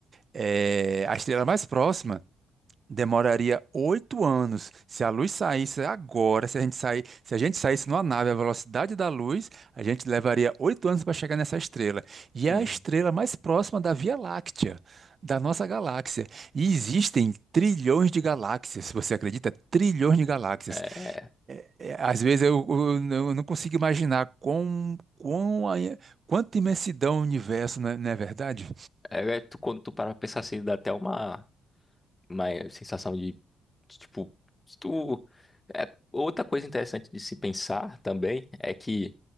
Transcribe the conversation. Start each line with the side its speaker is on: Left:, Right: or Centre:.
Right: é, a estrela mais próxima. Demoraria oito anos. Se a luz saísse agora, se a gente sair, se a gente saísse numa nave à velocidade da luz, a gente levaria oito anos para chegar nessa estrela. E
Left: Hum,
Right: é a estrela mais próxima da Via Láctea, da nossa galáxia. E existem trilhões de galáxias. Você acredita? Trilhões de galáxias.
Left: é,
Right: É, é, às vezes eu, eu- eu não consigo imaginar quão, quão a- quanta imensidão o universo, não é, não é verdade?
Left: é, é tu- quando tu para pra pensar assim, dá até uma, uma sensação de, tipo, se tu, é, outra coisa interessante de se pensar também é que